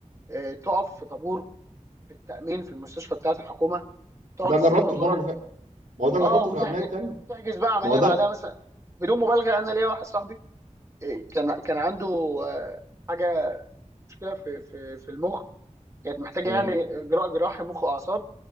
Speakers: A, on the right (about 25°); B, on the right (about 75°).
A: آه، تقف في طابور في التامين في المستشفى بتاعه الحكومه تقعد
B: ده
A: تستنى
B: جربته
A: دورك
B: المره اللي فاتت ما هو ده جربته
A: اه وتحجز
B: في العمليه التانيه
A: تحجز بقى عمليه
B: ما هو ده
A: بعدها
B: لا
A: مثلا بدون مبالغه انا ليا واحد صاحبي إيه، كان كان عنده آه، حاجه مشكله في في في المخ كانت محتاجه
B: م-
A: يعني اجراء جراحي مخ واعصاب